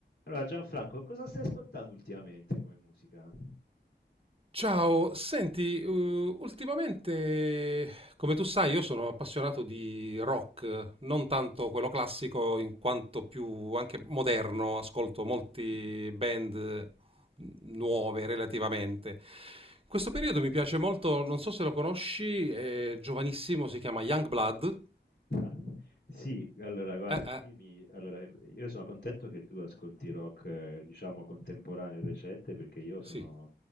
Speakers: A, on the left; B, on the right.
A: Allora, Gianfranco, cosa stai ascoltando ultimamente come musica?
B: Ciao, senti, eh, ultimamente, come tu sai, io sono appassionato di rock, non tanto quello classico in quanto più anche moderno, ascolto molti
A: Mhm.
B: band nuove relativamente. In questo periodo mi piace molto, non so se lo conosci, è giovanissimo, si chiama Youngblood.
A: Ah, Sì, allora guarda,
B: Eh, eh,
A: qui mi, allora, io sono contento che tu ascolti rock, eh, diciamo, contemporaneo e recente, perché io sono,
B: sì.